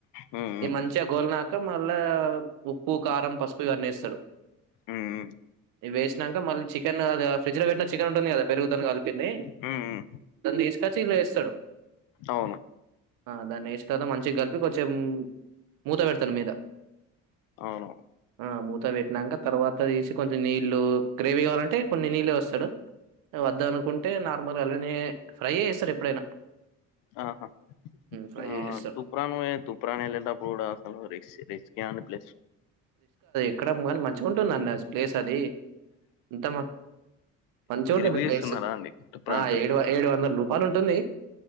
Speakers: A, on the left; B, on the right.
A: హ్మ్. హ్మ్.
B: ఈ మంచిగ గోల్నాక మళ్ళా ఉప్పు, కారం, పసుపు ఇగ అన్నేస్తడు
A: హ్మ్.
B: ఇవేసినాక మళ్ళీ చికెన్ అది ఫ్రిడ్జ్ లో పెట్టిన చికెన్ ఉంటుంది కదా పెరుగుతోని కలిపింది
A: హ్మ్. హ్మ్.
B: దాన్నితీస్కొచ్చి యిన్ల ఏస్తడు,
A: అవును.
B: ఆ దాన్ని ఏసి తర్వాత మంచి చి కలిపి కొంచెం మూత పెడతారు మీద
A: అవును
B: ఆ మూత పెట్టినాక తర్వాత తీసి కొంచెం నీళ్ళు గ్రేవీ కావాలంటే కొన్ని నీళ్ళ వోస్తడు వద్దు అనుకుంటే నార్మల్గ, అలనె ఫ్రైయే చేస్తడు ఎప్పుడైనా
A: ఆహ
B: ఫ్రై
A: ఆ
B: చేస్తాడు
A: తూప్రాన్ పోయే, తూప్రాన్ వెళ్ళేటప్పుడు కూడ అసలు రిస్క్, రిస్కే అనిపి
B: అక్కడ, మన కాని మంచిగా ఉంటుందండి ప్లేస్ అది, ఇంతమ మంచిగా ఉంటుంది
A: రివ్యూ
B: ప్లేస్
A: ఇస్తున్నారా అండి తుప్రాన్
B: ఆ
A: ప్లేస్
B: ఏడు ఏడు వందల రూపాయలు ఉంటుంది